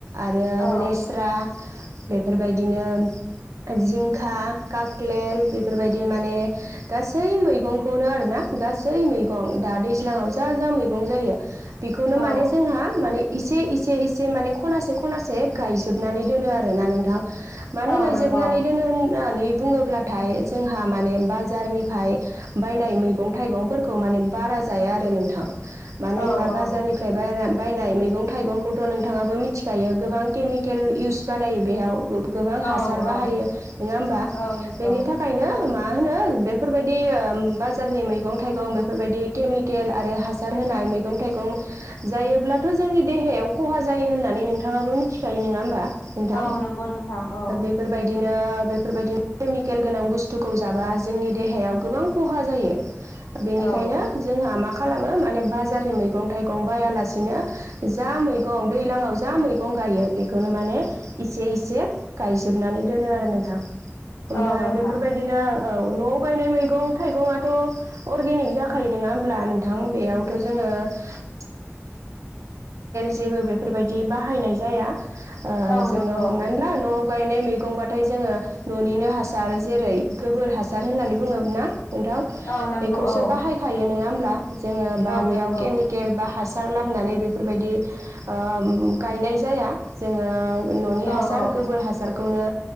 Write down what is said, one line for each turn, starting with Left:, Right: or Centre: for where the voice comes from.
Right: आरो
Left: औ
Right: लेस्रा बे बेफोरबायदिनो जिंखा लेर बेफोरबायदि माने गासै मैंगंखौनो आरोना गासै मैगं दा दैज्लाङाव जा जा मैगं जायो बेखौनो
Left: औ
Right: माने जोंहा माने एसे एसे एसे माने खनासे खनासे गायजोबनानै दोनो आरोना नोंथां मानो
Left: औ
Right: गायजोबनानै
Left: नंगौ
Right: दोनो होननानै बुङोब्लाथाय जोंहा माने बाजारनिफ्राय बायनाय मैगं थाइगंफोरखौ माने बारा जाया आरो नोंथां मानो होनबा
Left: औ औ
Right: बाजारनिफ्राय बायनाय मैगं थाइगंखौथ' नोंथाङाबो मिथि थिखायो गोबां केमिकेल इउस बानायो बेहयाव गोबां हासार
Left: औ
Right: बाहायो
Left: औ
Right: नङा होमबा
Left: औ नंगौ
Right: बेनि थाखायनो मा होनो बेफोरबायदि ओ बाजारनि मैगं थाइगं बेफोरबायदि केमिकेल आरो हासार होनाय मैगं थाइगं जायोब्ला जोंनि देहायाव खहा जायो होननानै नोंथाङाबो मिथिखायो नङा होमबा नोंथां
Left: औ नंगौ नोंथां औ
Right: बेफोरबायदिनो बे केमिकेल गोनां बुस्थुखौ जाबा जोंनि देहायाव गोबां खहा जायो बेनिखायनो
Left: औ
Right: जोंहा मा खालामो माने बाजारनि मैगं थाइगं जा मैगं दैलाङाव जा मैगं गंगायो बेखौनो माने एसे एसे गायजोबनानै दोनो आरो नोंथां। ओमफ्राय
Left: औ नोंथां
Right: बेफोरबायदिनो औ न'आव बायनाय मैगं थाइगङथ' अरगेनिक जाखायो नङा होमब्ला नोंथां बेयावथ' जोङो ओ जेबो बेफोरबायदि बाहायनाय जाया ओ
Left: औ
Right: जोङो
Left: नंगौ
Right: हमनानै ला न'आव गायनाय मैगं गंबाथाय जोंङो न'निनो हासार जेरै गोबोर हासार होननानै बुंङो ना नोंथां
Left: औ नंगौ
Right: बेखौसो
Left: औ
Right: बाहायखायो नंङा होमब्ला जोंङो बा
Left: औ
Right: बेयाव
Left: नंगौ
Right: केमिक हासार लाबोनानै बेफोरबायदि ओ गायनाय जाया जोङो ओ न'नि
Left: औ
Right: हासार
Left: औ
Right: गोबोर हासारखौनो